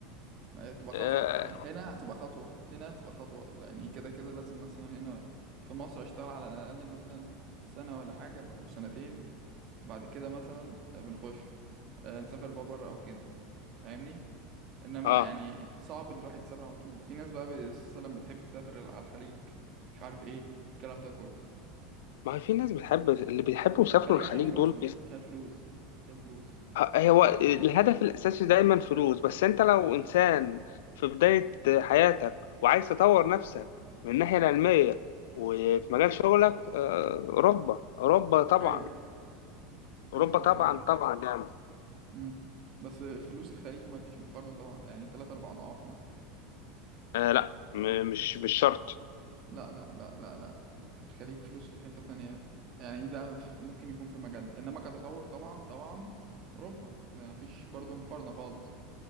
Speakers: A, on the right (about 45°); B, on the left (about 85°).
A: ما هي تبقى خطوه
B: اه
A: يعني هنا هتبقى خطوه هنا هتبقى خطوه لاني كده كده لازم مثلا هنا في مصر اشتغل على الاقل مثلا سنه ولا حاجه او سنتين وبعد كده مثلا بنخش آه، نسافر بقى بره او كده فاهمني انما
B: آه.
A: يعني صعب الواحد يسافر على طول وفي ناس بقى مثلا بتحب تسافر على الخليج مش عارف ايه الكلام ده كله
B: ما هي في ناس بتحب اللي بيحبوا يسافروا
A: الخليج
B: الخليج
A: عشان فلوسه
B: دول
A: عشان فلوس عشان فلوس
B: هو الهدف الأساسي دايما فلوس بس أنت لو إنسان في بداية حياتك وعايز تطور نفسك من الناحية العلمية وفي مجال شغلك آه، أوروبا أوروبا طبعا
A: أيوه. بالظبط
B: أوروبا طبعا
A: اه
B: طبعا يعني
A: مم. بس فلوس الخليج ما فيش مقارنة طبعا يعني تلات أربع أضعاف مثلا
B: آه لا م- مش مش شرط
A: لا لا لا لا لا الخليج فلوسه في حتة تانية يعني ده ف- ممكن يكون في مجالنا إنما كتطور طبعا طبعا أوروبا ما فيش برضه مقارنة خالص